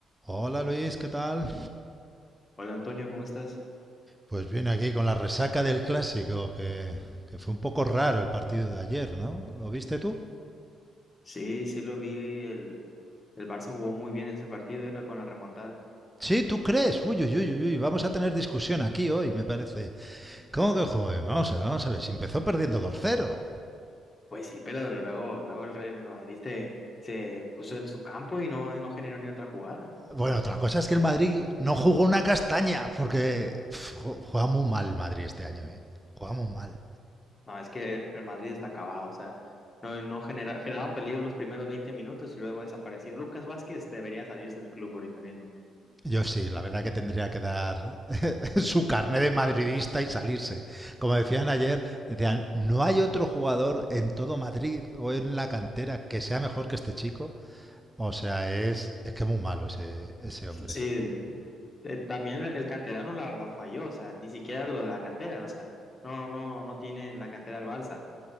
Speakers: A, in the centre; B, on the left.
A: Hola Luis, ¿qué tal?
B: Hola Antonio, ¿cómo estás?
A: Pues bien, aquí con la resaca del clásico, que, que fue un poco raro el partido de ayer, ¿no? ¿Lo viste tú?
B: Sí, sí lo vi, el, el Barça jugó muy bien ese partido, era con la remontada.
A: Sí, ¿tú crees? Uy, uy, uy, uy, uy, vamos a tener discusión aquí hoy, me parece. ¿Cómo que joder? Vamos a ver, vamos a ver, si empezó perdiendo dos cero.
B: Pues sí, pero luego, luego el Real Madrid se, se puso en su campo y no, no generó ni otra jugada.
A: Bueno, otra cosa es que el Madrid no jugó una castaña, porque pf, ju- juega muy mal el Madrid este año, ¿eh? Juega muy mal.
B: No, es que el Madrid está acabado, o sea, no, no genera, generaban peligro los primeros 20 minutos y luego desapareció. Lucas Vázquez debería salirse del club ahorita mismo.
A: Yo sí, la verdad que tendría que dar <laughs> su carné de madridista y salirse. Como decían ayer, decían, no hay otro jugador en todo Madrid o en la cantera que sea mejor que este chico. O sea, es, es que muy malo ese, ese
B: Sí,
A: hombre.
B: eh, también el canterano la, la falló, o sea, ni siquiera lo de la cantera, o sea, no, no, no tiene en la cantera el Barça.